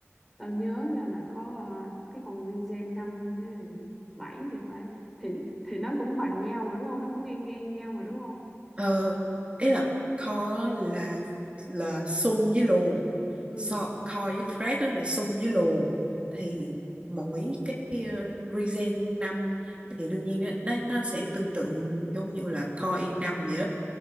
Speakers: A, in the centre; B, on the right (about 25°).
A: tao nhớ nha là có ờ, cái con Ryzen 5 với lại 7 thì phải thì thì nó cũng bằng nhau mà đúng không nó cũng ngang ngang nhau mà đúng không
B: Ờ, ý là core là là sum với luồn.
A: ừ,
B: So, core với thread đó là sum với luồn. Thì mỗi cái uh, regen 5 thì đương nhiên nó, nó nó sẽ tương tự giống như là core i5 vậy á.